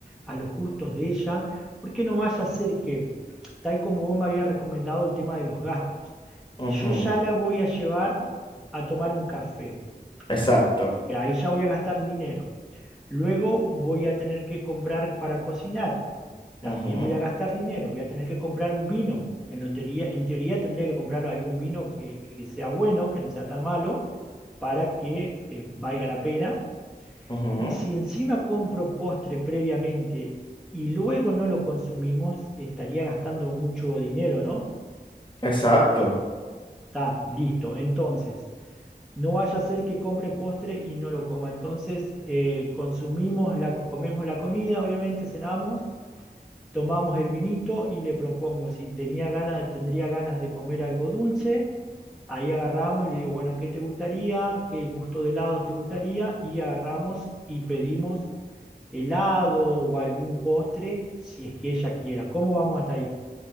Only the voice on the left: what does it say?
Ujú,
Exacto.
Ujú,
ujú,
Exacto.